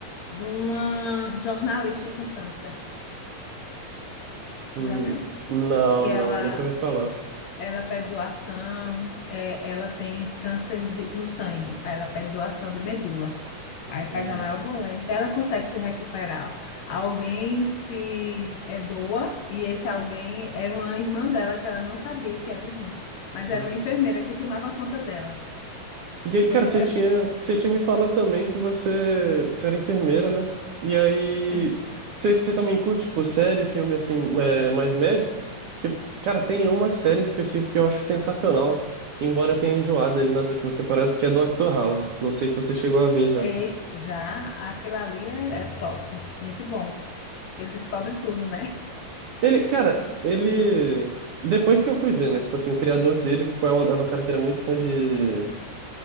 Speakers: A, on the left; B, on the right.
A: de uma jornalista com câncer.
B: Hum,
A: Tu já viu?
B: Não,
A: Que
B: não,
A: ela
B: nunca ouvi falar.
A: Ela pede doação, é, ela tem câncer de- no sangue, aí ela pede doação de medula. Aí faz
B: Uhum.
A: a maior polêmica, ela consegue se recuperar. Alguém se é, doa, e esse alguém era uma irmã dela, que ela não sabia que era irmã, mas
B: Uhum.
A: era uma enfermeira que tomava conta dela.
B: E aí, cara,
A: Foi,
B: você tinha,
A: é,
B: você tinha me falado também que você, que você era enfermeira, né? E aí,
A: sim.
B: você, você também curte, tipo, série, filme, assim, é, mais médico? Que, cara, tem uma série em específico que eu acho sensacional, embora eu tenha enjoado ali nas últimas temporadas, que é Doctor House. Não sei se você chegou a ver já.
A: E já aquilo ali é, é top, muito bom. Ele descobre tudo, né?
B: Ele, cara, ele... Depois que eu fui ver, né? Tipo assim, o criador dele, tipo, é um, era um cara que era muito fã de...